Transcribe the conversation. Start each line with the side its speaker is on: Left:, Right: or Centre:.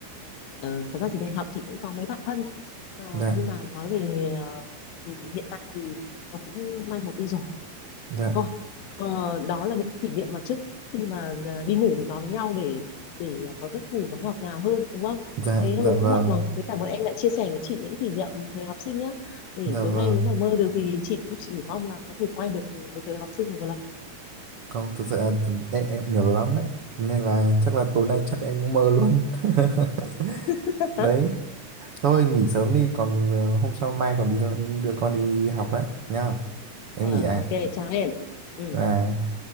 Left: Ờ, thật ra thì đại học chị cũng có mấy bạn thân Ờ,
Right: dạ
Left: nhưng mà nói về ờ, ừ, hiện tại thì nó cũng mai một đi rồi
Right: dạ
Left: thôi ờ, đó là những kỷ niệm mà trước khi mà ờ, đi ngủ mình nói với nhau để để có giấc ngủ nó ngọt ngào hơn đúng không
Right: dạ
Left: thế thôi
Right: dạ
Left: cũng
Right: vâng
Left: muộn rồi thế cảm ơn em đã chia sẻ với chị những kỷ niệm thời học sinh nhé để
Right: dạ
Left: tối
Right: vâng
Left: nay nếu mà mơ được thì chị cũng chỉ mong là có thể quay được cái thời học sinh một lần
Right: không thực sự là em, em nhớ lắm đấy nên là chắc là tối nay chắc em cũng mơ luôn <laughs>
Left: <laughs>
Right: đấy Thôi nghỉ sớm đi, còn ờ, hôm sau mai còn đi đưa con đi học đấy nhá. Em
Left: Ờ,
Right: nghỉ đây.
Left: ok chào em Ừ.
Right: Bye.